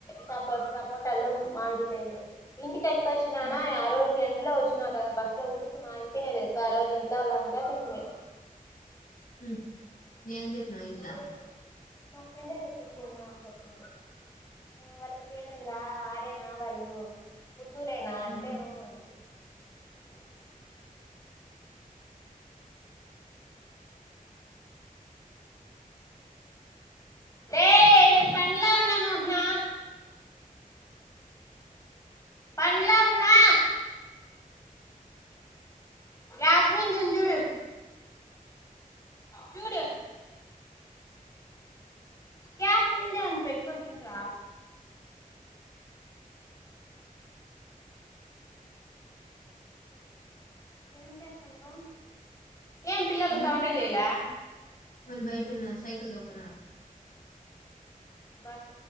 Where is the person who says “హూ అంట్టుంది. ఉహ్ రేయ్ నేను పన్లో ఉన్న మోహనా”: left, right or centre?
Left